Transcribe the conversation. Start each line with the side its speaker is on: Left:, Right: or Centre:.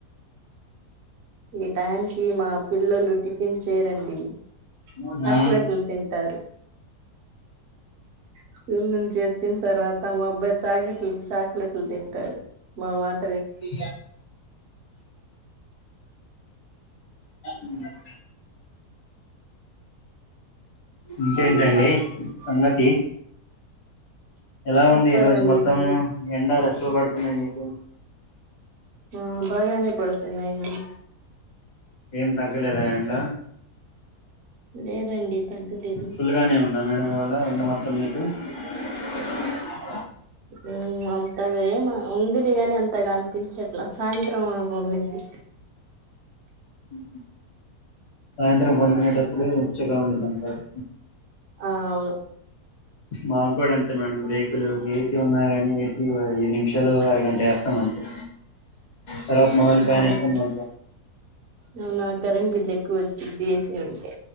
Right: ఇటయానికి మా పిల్లలు టిఫిన్ చేయరండి
Left: మ్మ్.
Right: చాక్లెట్లు తింటారు స్కూల్ నుంచి వచ్చిన తర్వాత మా అబ్బాయి చాక్లెట్లు చాక్లెట్లు తింటాడు మావార్
Left: ఇ ఉ ఇంకేంటండి సంగతి ఎలా
Right: చెప్పాలండి
Left: ఉంది ఈ రోజు మొత్తం
Right: మీరే
Left: ఎండాలు ఎక్కువ పడు ఉన్నాయ్ నీకు
Right: ఆ బాగానే పడుతున్నాయ్ అండి
Left: ఏం తగ్గలేదా ఎండా?
Right: లేదండి తగ్గలేదు
Left: ఫుల్గానే ఉం నా మేడ వాల్ళ ఎండ మొత్తం నీకు <unintelligible>
Right: ఉ అం అంతగా ఏం ఉందిలే గాని అంతగా అనిపించట్లా సాయంత్రం ఉన్నిద్ది
Left: ఉహు సాయంత్రం పనుకునేటప్పుడు ఉచ్చగా ఉండుద్ది అంటారు
Right: ఆ అవును
Left: మాకు కూడా అంతే మేడం రేకులు ఏసీ ఉన్నా గని ఏసీ ఐదు నిమిషాలు అరగంట వేస్తాం అంతే తర్వాత మామొలు ఫ్యాను
Right: ఉమ్
Left: ఏసుకొని పడుకో
Right: అవునా కరెంట్ బిల్ ఎక్కువ వొచ్చిద్ది ఏ సి ఉంటే